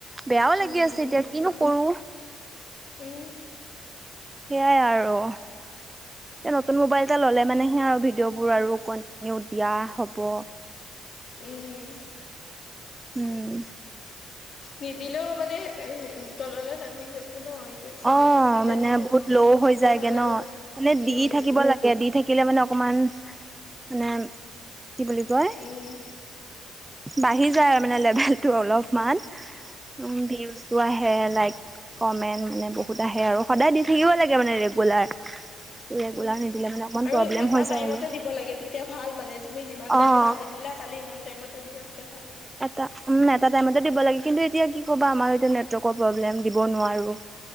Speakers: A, on the right; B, on the left.
A: বেয়াও লাগি
B: উম
A: আছে এতিয়া কিনো কৰো।
B: উম
A: সেয়াই আৰু। এতিয়া নতুন মোবাইল এটা ল'লে মানেহে আৰু ভিডিঅ'বোৰ আৰু কণ্টিনিউ দিয়া হ'ব।
B: উম
A: উম
B: নিদিলেও মানে এ তললৈ নামিলেটো ন ইউটিউব চেনেল
A: অ'
B: খুলিলে
A: মানে
B: দি থাকিলে
A: বহুত ল' হৈ যায়গে
B: ভাল
A: ন।
B: আৰু,
A: এনে
B: উম।
A: দি থাকিব দি থাকিলে মানে অকমান মানে কি বুলি কয়
B: এই
A: বাঢ়ি যায় মানে লেভেলটো অলপমান উম ভিউ চো আহে লাইক কমেণ্ট মানে বহুত আহে আৰু সদায় দি থাকিব লাগে মানে ৰেগুলাৰ। ৰেগুলাৰ
B: উম
A: নিদিলে মানে অকমান
B: আৰু
A: প্ৰব্লেম
B: এটা
A: হৈ যায়
B: টাইমতে
A: আৰু
B: দিব লাগে তেতিয়া ভাল মানে তুমি যিমান টাইমত
A: অ'।
B: আজি দিলা কালি ইমান টাইমত দিবা তেতিয়া ভাল।
A: এটা উম এটা টাইমতে দিব লাগে কিন্তু এতিয়া কি ক'বা আমাৰ এতিয়া নেটৱৰ্কৰ প্ৰব্লেম দিব নোৱাৰো।